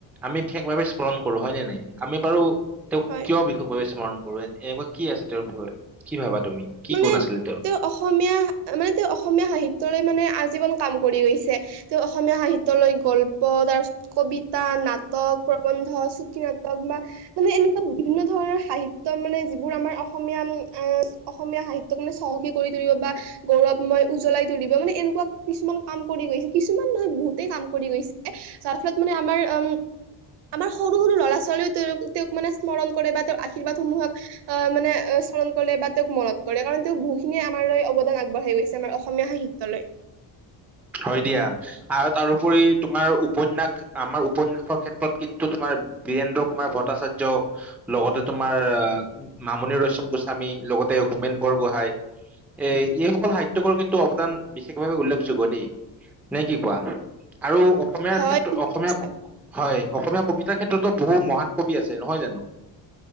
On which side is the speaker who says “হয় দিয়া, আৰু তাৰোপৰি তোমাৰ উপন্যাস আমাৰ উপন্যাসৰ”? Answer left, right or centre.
Centre